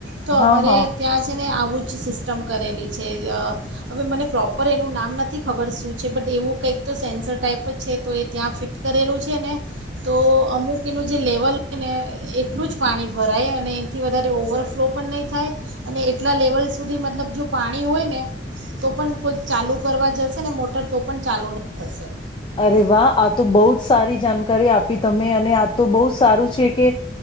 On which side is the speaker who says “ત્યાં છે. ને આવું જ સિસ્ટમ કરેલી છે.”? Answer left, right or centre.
Right